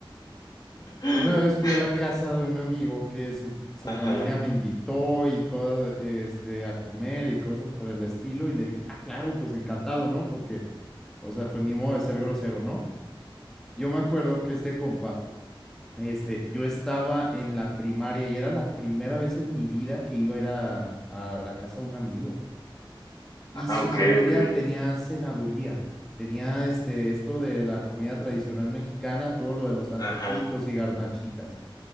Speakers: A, on the left; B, in the centre.
A: <laughs>
B: Una vez fui a la casa de un amigo que su, su
A: ajá,
B: familia me invitó y todo, este, a comer y cosas por el estilo, y le dije, ah, claro, pues encantado, ¿no? Porque, o sea, pues ni modo de ser grosero, ¿no? Yo me acuerdo que este compa, este, yo estaba en la primaria y era la primera vez en mi vida que iba a ir a, a la casa de un amigo, y
A: ah,
B: su
A: ok,
B: familia
A: ok,
B: tenía cenaduría. Tenía este, esto de la comida tradicional mexicana, todo lo de los antojitos
A: ajá,
B: y garnachitas.